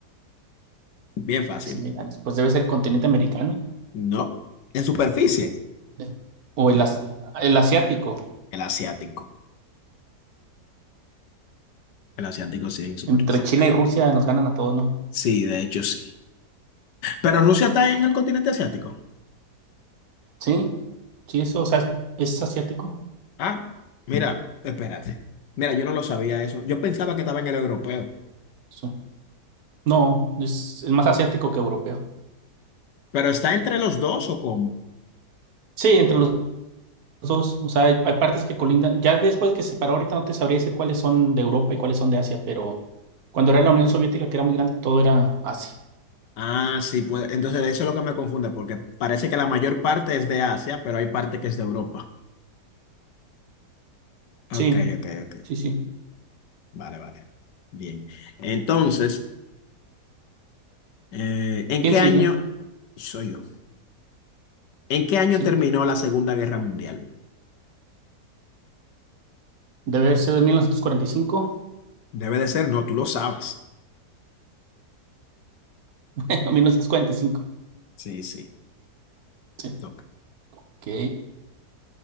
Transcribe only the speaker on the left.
Bien fácil.
No, en superficie,
el asiático. El asiático sí, en superficie.
Sí, de hecho sí. Pero Rusia está en el continente asiático.
Ah, mira, espérate. Mira, yo no lo sabía eso. Yo pensaba que estaba en el europeo.
Pero está entre los dos o cómo?
Ah, sí, pues entonces eso es lo que me confunde, porque parece que la mayor parte es de Asia, pero hay parte que es de Europa.
Ok, ok, ok.
Vale, vale. Bien. Entonces... Eh, ¿en
qué
año soy yo? ¿En qué año
terminó la Segunda Guerra Mundial?
Debe de ser, no, tú lo sabes.
Sí, sí,
te toca.